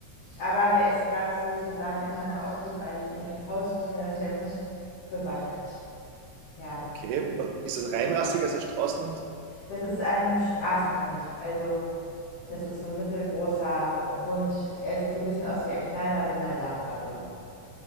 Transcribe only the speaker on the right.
Okay. Ist es ein reinrassiger? Ist es ein Straßenhund?